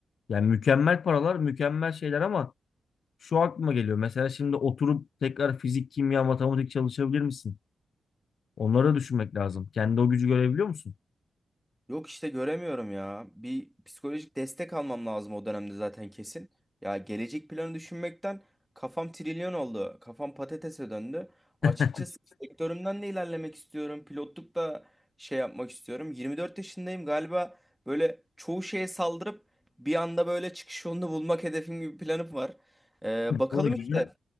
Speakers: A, on the left; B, in the centre.
A: Yani mükemmel paralar, mükemmel şeyler ama şu aklıma geliyor. Mesela şimdi oturup tekrar fizik, kimya, matematik çalışabilir misin? Onları da düşünmek lazım. Kendi o gücü görebiliyor musun?
B: Yok işte göremiyorum ya. Bir psikolojik destek almam lazım o dönemde zaten kesin. Ya gelecek planı düşünmekten kafam trilyon oldu. Kafam patatese döndü. Açıkçası
A: <laughs>
B: sektörümden de ilerlemek istiyorum. Pilotluk da şey yapmak istiyorum. 24 yaşındayım galiba böyle çoğu şeye saldırıp bir anda böyle çıkış yolunu bulmak hedefim gibi bir planım var. Ee, bakalım
A: Valla güzel.
B: işte.